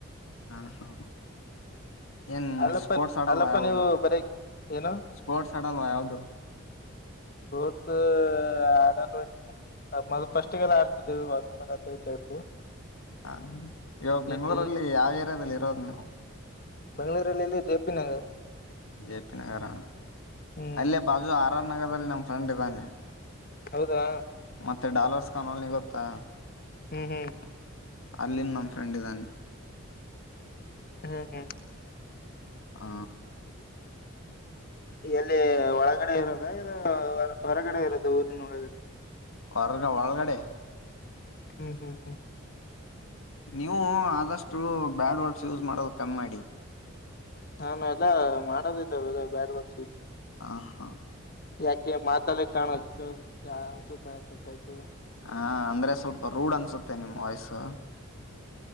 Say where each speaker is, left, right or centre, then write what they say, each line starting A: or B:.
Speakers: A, on the left; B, on the left.
A: ಹಾ ಹಾ ಏನ್
B: ಅಲ್ಲಪ್ಪ
A: ಸ್ಪೋರ್ಟ್ಸ್ ಹಾಡಲ್ವಾ
B: ಅಲ್ಲಪ್ಪ
A: ಯಾದು
B: ನೀವು ಬರೀ ಏನು
A: ಸ್ಪೋರ್ಟ್ಸ್ ಹಾಡಲ್ವಾ ಯಾವದು
B: ಕೋರ್ಸ್ ಆಡಲ್ಲ ಮ ಫಸ್ಟ್ಗೆಲ್ಲ ಆಡ್ತಿದ್ದೇವಿ ವಾಲಿಬಾಲ್ ಅಥ ಈ ಟೈಪ್
A: ಹಾ ಇವಾಗ ಬೆಂಗ್ಗಳೂರಲ್ಲಿ
B: ಇಟಿ
A: ಯಾವ ಏರಿಯಾದಲ್ಲಿ ಇರೋದು ನೀವು
B: ಬೆಂಗಳೂರಲ್ಲಿ ಜೆಪಿ ನಗರ್
A: ಜೆ ಪಿ ನಗರ
B: ಹ್ಮ್
A: ಅಲ್ಲೇ ಬಾಜು ಆರ್ ಆರ್ ನಗರದಲ್ಲಿ ನಮ್ ಫ್ರೆಂಡ್ ಇದ್ದಾನೆ
B: ಹೌದಾ
A: ಮತ್ತೆ ಡಾಲರ್ಸ್ ಕಾಣಲ್ ನೀ ಗೊತ್ತಾ
B: ಹ್ಮ್ ಹ್ಮ್
A: ಅಲ್ಲಿ ನಮ್ ಫ್ರೆಂಡ್ ಇದ್ದಾನೆ
B: ಹ್ಮ್ ಹ್ಮ್
A: ಹ
B: ಎಲ್ಲಿ ಒಳಗಡೆ ಇರೋದಾ ಇ ಹೊರಗಡೆ ಇರೋದ ಊರಿನ ಒಳಗಡೆ
A: ಹೊರ್ಗ ಒಳಗಡೆ
B: ಹ್ಮ್ ಹ್ಮ್ ಹ್ಮ್
A: ನೀವು ಆದಷ್ಟು ಬ್ಯಾಡ್ ವರ್ಡ್ಸ್ ಯೂಸ್ ಮಾಡದು ಕಮ್ಮಿ ಮಾಡಿ
B: ನಾನು ಎಲ್ಲ ಮಾಡೋದಿಲ್ಲ ಅವಲ್ಲ ಬ್ಯಾಡ್ ಬಡ್
A: ಹಾ ಹ
B: ಯಾಕೆ ಮಾತಲ್ಲೇ ಕಾಣಕ್ ಅನ್ಸತಾ ಅದೆ ಟೈಪು.
A: ಹಾ ಅಂದ್ರೆ ಸ್ವಲ್ಪ ರೂಡ್ ಅನ್ಸುತ್ತೆ ನಿಮ್ಮ್ ವಾಯ್ಸು.